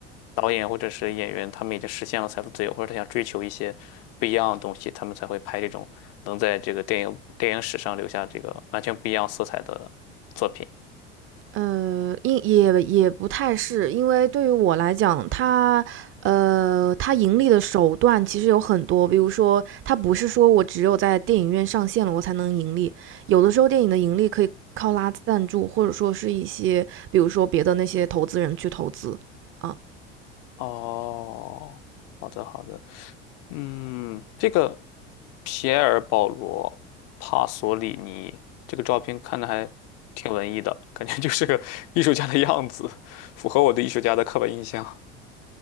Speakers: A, on the left; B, on the right.
A: 导演或者是演员，他们已经实现了财富自由，或者他想追求一些不一样的东西，他们才会拍这种能在这个电影电影史上留下这个完全不一样色彩的作品。
B: 呃，因也也不太是，因为对于我来讲，它呃，它盈利的手段其实有很多，比如说，它不是说我只有在电影院上线了我才能盈利，有的时候电影的盈利可以靠拉赞助，或者说是一些，比如说别的那些投资人去投资，啊，
A: 哦，好的好的。嗯，这个皮埃尔·保罗·帕索里尼这个照片看着还挺文艺的，感觉就 <laughs> 是个艺术家的样子，符合我对艺术家的刻板印象。